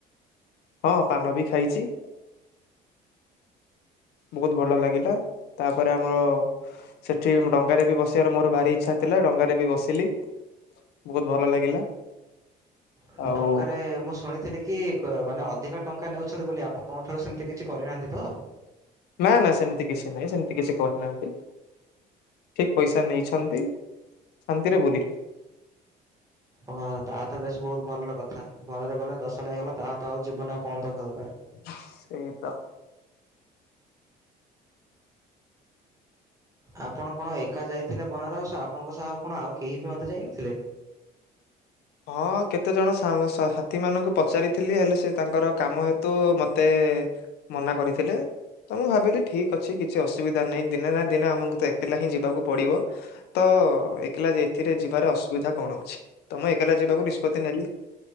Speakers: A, on the left (about 75°); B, on the right (about 20°).
A: ହଁ ପାନ ବି ଖାଇଚି। ବହୁତ୍ ଭଲ ଲାଗିଲା ତାପରେ ଆମର ସେଠି ଡଙ୍ଗାରେ ବି ବସିଆର ମୋର ଭାରି ଇଚ୍ଛା ଥିଲା ଡଙ୍ଗାରେ ବି ବସିଲି। ବହୁତ୍ ଭଲ ଲାଗିଲା।
B: ଅଁ
A: ଆଉ
B: ଡଙ୍ଗାରେ ମୁଁ ଶୁଣିଥିଲି କି କ ମାନେ ଅଧିକ ଟଙ୍କା ନେଉଛନ୍ତି ବୋଲି ଆପଣଙ୍କ ଠାରୁ ସେମିତି କିଛି କରିନାହାନ୍ତି ତ?
A: ନା-ନା ସେମିତି କିଛି ନାଇଁ ସେମିତି କିଛି କରିନାହାନ୍ତି। ଠିକ୍ ପଇସା ନେଇଛନ୍ତି ଶାନ୍ତିରେ ବୁଲିଲି।
B: ଓହୋ ତାହା ତ ବେଶ୍ ବହୁତ୍ ଭଲ କଥା ଭଲରେ ଭଲ ଦର୍ଶନ ହେଇଗଲା ତାହା ତ ଆଉ ଜୀବନ ଆଉ କଁ <unintelligible> ଦରକାର୍।
A: ସେଇ ତ।
B: ଆପଣ କଣ ଏକା ଯାଇଥିଲେ ବନାରସ୍ ଆପଣଙ୍କ ସହ ଆଉ କଣ ଆଉ କେହି ବି ମଧ୍ୟ ଯାଇନଥିଲେ?
A: ହଁ କେତେ ଜଣ ସାଙ୍ଗ୍ ସାଥି ମାନଙ୍କୁ ପଚାରିଥିଲି ହେଲେ ସେ ତାଙ୍କର କାମ ହେତୁ ମତେ ମନା କରିଥିଲେ। ତ ମୁଁ ଭାବିଲି ଠିକ୍ ଅଛି କିଛି ଅସୁବିଧା ନାଇ ଦିନେ ନା ଦିନେ ଆମକୁ ତ ଏକେଲା ହିଁ ଯିବାକୁ ପଡିବ। ତ ଏକେଲା ଯେ ଏଥିରେ ଯିବାର ଅସୁବିଧା କଣ ଅଛି ତ ମୁଁ ଏକେଲା ଯିବାକୁ ନିଷ୍ପତ୍ତି ନେଲି।